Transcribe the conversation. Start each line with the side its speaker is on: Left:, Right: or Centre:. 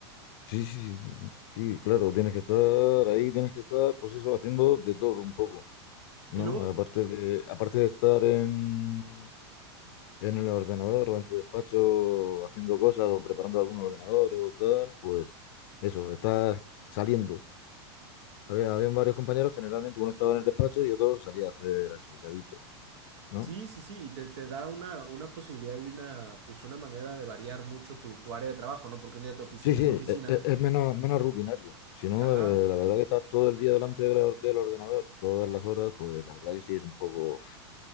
Left: sí, sí, sí, sí, sí, claro, tienes que estar ahí, tienes que estar, pues eso, haciendo de todo un poco. ¿no?
Right: Y luego,
Left: Aparte de, aparte de estar en, en el ordenador o en tu despacho haciendo cosas o preparando algún ordenador o tal, pues eso, estás saliendo. Había, habían varios compañeros, generalmente uno estaba en el despacho y otro salía a hacer el recadito, ¿no?
Right: Sí, sí, sí, y te, te da una, una posibilidad y una, pues una manera de variar mucho tu, tu área de trabajo, ¿no? Porque un día tu oficina
Left: Sí, sí,
Right: es tu oficina,
Left: e- e- es, menos, menos rutinario. Si no,
Right: ajá,
Left: eh, la verdad que estás todo el día delante del, or- del ordenador, todas las horas, pues la verdad que sí es un poco...